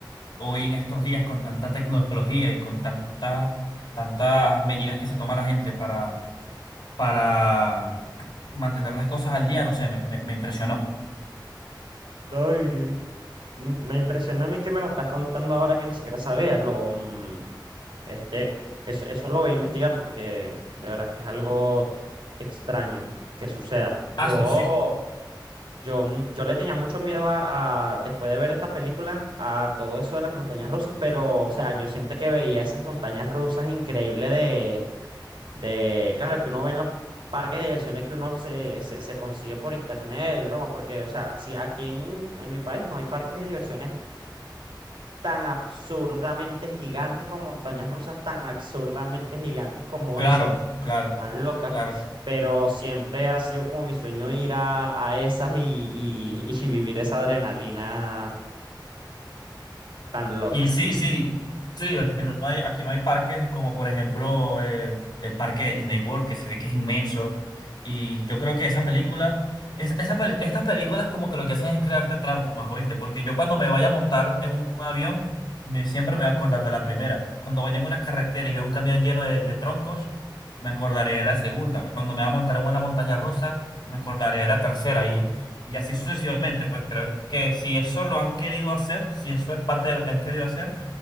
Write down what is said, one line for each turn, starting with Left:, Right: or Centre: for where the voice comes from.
Left: hoy en estos días con tanta tecnología y con tanta, tantas medidas que se toma la gente para, para mantener las cosas al día, no sé, me, me, me impresionó.
Right: No, y m- me impresiona a mí que me lo estás contando ahora que ni siquiera sabía. Lo, mm, este, eso, eso lo voy a investigar porque de verdad que es algo extraño que suceda. Yo
Left: Hazlo, sí.
Right: Yo, mm, yo le tenía mucho miedo a, a, después de ver esta película, a todo eso de las montañas rusas, pero, o sea, yo siempre que veía esas montañas rusas increíbles de, de, claro, que uno ve en los parques de diversiones que uno se, se, se consigue por internet y broma, porque, o sea, así aquí en, en mi país no hay parques de diversiones tan absurdamente gigantes con montañas rusas tan absurdamente gigantes como
Left: Claro,
Right: esas
Left: claro,
Right: tan locas,
Left: claro.
Right: pero siempre ha sido como mi sueño ir a, a esas y, y- <laughs> y vivir esa adrenalina tan loca.
Left: Y sí, sí, sí, aquí no hay, aquí no hay parques como por ejemplo el, el parque de Disney World, que se ve que es inmenso. Y yo creo que esa película, es, esa, pel- estas películas como que lo que hacen es crearte traumas, ¿oíste? Porque yo cuando me vaya a montar en un avión, me, siempre me voy a acordar de la primera. Cuando vaya en una carretera y veo un camión lleno de, de troncos, me acordaré de la segunda. Cuando me vaya a montar en una montaña rusa, me acordaré de la tercera. Y, y así sucesivamente, pues creo que si eso lo han querido hacer, si eso es parte de lo que han querido hacer,